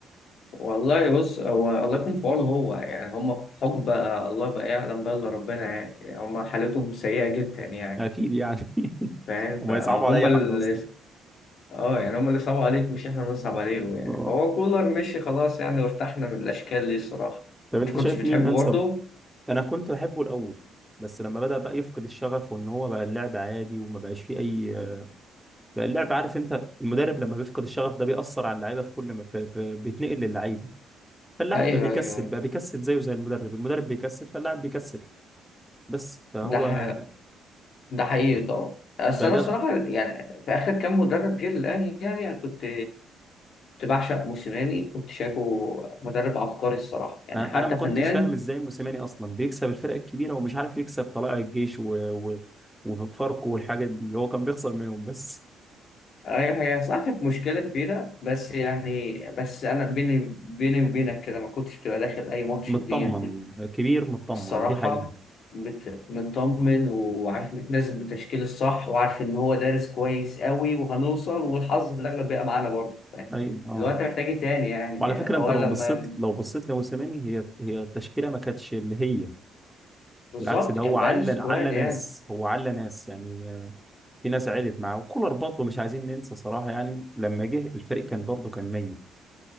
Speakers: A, on the left; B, in the centre.
A: والله بص هو الله يكون في عونه هو يعني هم في حقبه الله بقى يعلم بقى الا ربنا يعني هم حالتهم سيئه جدا يعني
B: اكيد يعني <laughs>
A: فاهم
B: وما
A: فهم
B: يصعبوا على اي
A: اللي
B: حد اصلا
A: اه يعني هم اللي صعبوا عليك مش احنا اللي نصعب عليهم يعني
B: اه
A: فهو كولر مشي خلاص يعني وارتحنا من الاشكال دي الصراحه
B: طب انت
A: انت كنتش
B: شايف
A: بتحبه
B: مين انسب
A: برضه
B: انا كنت بحبه الاول بس لما بدأ بقى يفقد الشغف وان هو بقى اللعب عادي وما بقاش فيه اي بقى اللعب عارف انت المدرب لما بيفقد الشغف ده بيأثر على اللعيبه في كل ما في... في... بيتنقل للعيبه فاللاعب
A: ايوه
B: بقى بيكسل
A: ايوه
B: بقى بيكسل زيه زي المدرب المدرب بيكسل فاللاعب بيكسل بس فهو
A: ده ح... ده حقيقي طبعا بس
B: فده
A: انا الصراحه يعني في اخر كام مدرب جه للاهلي يعني انا كنت كنت بعشق موسيماني كنت شايفه مدرب عبقري الصراحه يعني
B: انا
A: حتى
B: ما كنتش
A: فنيا
B: فاهم ازاي موسيماني اصلا بيكسب الفرق الكبيره ومش عارف يكسب طلائع الجيش و... و... وفاركو والحاجات دي هو كان بيخسر منهم بس
A: هي هي صح كانت مشكله كبيره بس يعني بس انا بيني بيني وبينك كده ما كنتش بتبقى داخل اي ماتش
B: مطمن
A: كبير
B: كبير مطمن
A: الصراحه
B: دي حقيقه
A: مت- مطمن وعارف متنازل بالتشكيل الصح وعارف ان هو دارس كويس قوي وهنوصل والحظ في الاغلب بيبقى معانا برضه فاهم؟
B: اي اه
A: اللي هو انت محتاج إيه تاني يعني
B: وعلى
A: يعني
B: فكره
A: هو
B: انت لو
A: لما
B: بصيت لو بصيت لموسيماني هي هي التشكيله ما كانتش اللي هي
A: بالظبط
B: بالعكس ده هو
A: كان
B: على
A: بقالي سكواد
B: على ناس
A: يعني
B: هو على ناس يعني آه، في ناس علت معاه وكولر برضه مش عايزين ننسى صراحه يعني لما جه الفريق كان برضه كان ميت